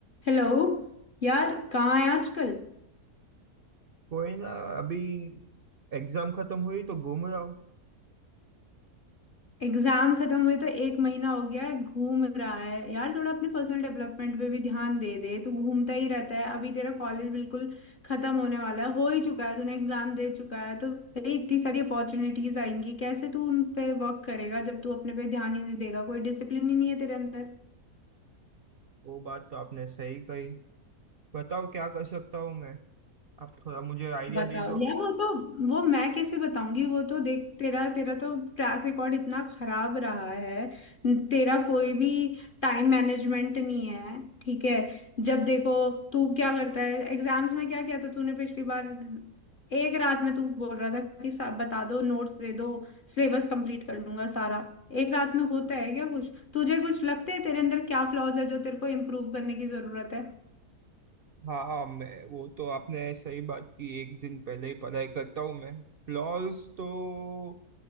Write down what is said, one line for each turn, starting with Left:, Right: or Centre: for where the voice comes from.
Left: Hello यार कहाँ है आजकल
Right: कोई ना अभी एग्जाम खत्म हुई तो घूम रहा हूँ
Left: एग्जाम खत्म हुए तो एक महीना हो गया है घूम रहा है यार थोड़ा अपने पर्सनल डेवलपमेंट पे भी ध्यान दे दे तू घूमता ही रहता है अभी तेरा कॉलेज बिल्कुल खत्म होने वाला है हो ही चुका है तूने एग्जाम दे चुका है तो भाई इतनी सारी अपॉर्चुनिटीज आएंगी कैसे तू उन पे वर्क करेगा जब तू अपने पे ध्यान ही नहीं देगा कोई डिसिप्लिन ही नहीं है तेरे अंदर
Right: वो बात तो आपने सही कही बताओ क्या कर सकता हूँ मैं आप थोड़ा मुझे आइडिया
Left: बताओ
Right: दे दो
Left: यार वो तो वो मैं कैसे बताऊंगी वो तो देख तेरा तेरा तो ट्रैक रिकॉर्ड इतना खराब रहा है तेरा कोई भी टाइम मैनेजमेंट नहीं है ठीक है जब देखो तू क्या करता है एग्जाम्स में क्या किया था तूने पिछली बार एक रात में तू बोल रहा था कि सब बता दो नोट्स दे दो सिलेबस कंप्लीट कर लूंगा सारा एक रात में होता है क्या कुछ तुझे कुछ लगता है तेरे अंदर क्या फ्लॉज है जो तेरे को इम्प्रूव करने की जरूरत
Right: हाँ हाँ मैं वो तो आपने सही बात की एक दिन पहले ही पढ़ाई करता हूँ मैं फ्लॉज तो